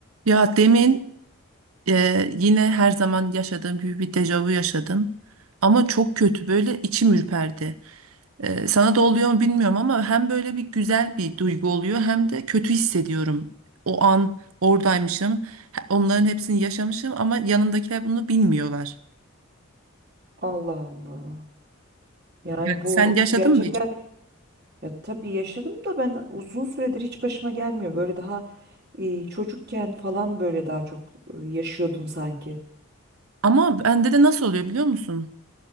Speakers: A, on the right; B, on the right.
A: Ya demin e, yine her zaman yaşadığım gibi bir dejavu yaşadım. Ama çok kötü böyle içim ürperdi. E, sana da oluyor mu bilmiyorum ama hem böyle bir güzel bir duygu oluyor hem de kötü hissediyorum. O an oradaymışım. he- Onların hepsini yaşamışım ama yanımdakiler bunu bilmiyorlar.
B: Allah Allah. Yani bu
A: Sen yaşadın
B: gerçekten
A: mı hiç?
B: ya tabii yaşadım da ben uzun süredir hiç başıma gelmiyor. Böyle daha e, çocukken falan böyle daha çok e, yaşıyordum sanki.
A: Ama bende de nasıl oluyor biliyor musun?